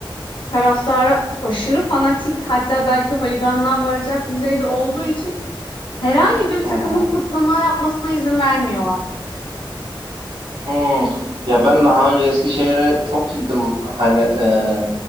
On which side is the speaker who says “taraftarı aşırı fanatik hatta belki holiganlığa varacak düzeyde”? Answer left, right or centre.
Left